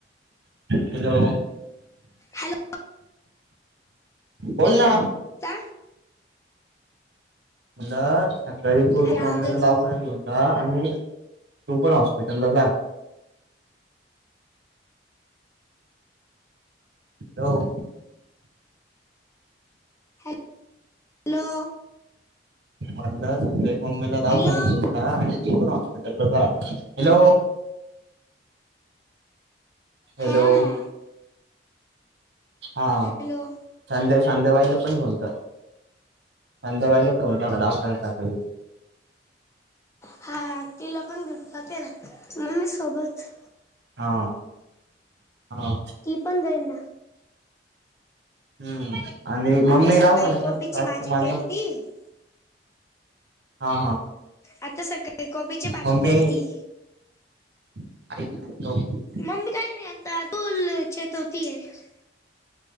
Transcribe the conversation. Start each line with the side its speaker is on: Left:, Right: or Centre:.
Right: हॅलो.
Left: हॅलो
Right: बोल ना.
Left: ता
Right: म्हणलं सकाळी
Left: अरे
Right: तू
Left: आवाजच
Right: मम्मीला दवाखान्यात
Left: येत
Right: घेऊन जा आणि तू पण हॉस्पिटलला जा. हॅलो.
Left: नाही. हॅलो.
Right: म्हणलं संध्या मम्मीला दवाखान्याला
Left: हॅलो
Right: घेऊन जा आणि तू पण हॉस्पिटलला जा, हॅलो हॅलो.
Left: हा हा
Right: हा
Left: हॅलो
Right: संध्या संध्यावायला पण घेऊन जा. संध्याकाळी एवढे दवाखान्यात दाखवी.
Left: हा तिला पण घेऊन जाते ना मम्मी सोबत.
Right: हा हा.
Left: ती पण जाईल ना.
Right: हम्म आणि मम्मी
Left: आता सकाळी
Right: <inaudible>
Left: कोबीची भाजी केली ती
Right: हा हा.
Left: आता सकाळी कोबीची भाजी
Right: मम्मी
Left: केलती.
Right: <unintelligible>
Left: मम्मी काय नाही आता तू <unintelligible>